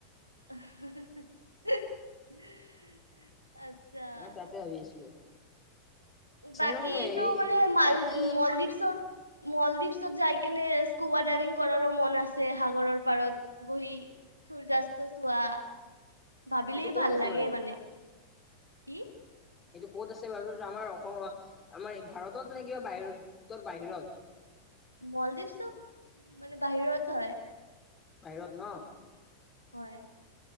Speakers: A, on the right (about 90°); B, on the left (about 20°).
A: <unintelligible> আচ্ছা
B: অ তাতে ভাবি আছিলো।
A: বাকীটো
B: মানে হেৰি
A: মানে মাল
B: তাতে
A: মলদ্বীপছত মলদ্বীপছত যাই কেনে স্কুবা ডাইভিং কৰাৰো মন আছে। সাগৰৰ পাৰত বহি সূৰ্য্যাস্ত চোৱা। ভাবিলেই
B: এইটো ক'ত
A: ভাল
B: আছে
A: লাগে
B: বাৰু
A: মানে। কি?
B: এইটো ক'ত আছে বাৰু আমাৰ অস আমাৰ ভাৰতত নে কিবা বাহিৰ তৰ বাহিৰত। <inaudible>
A: মলদ্বীপ চব মানে বাহিৰত হয়।
B: বাহিৰত ন
A: হয়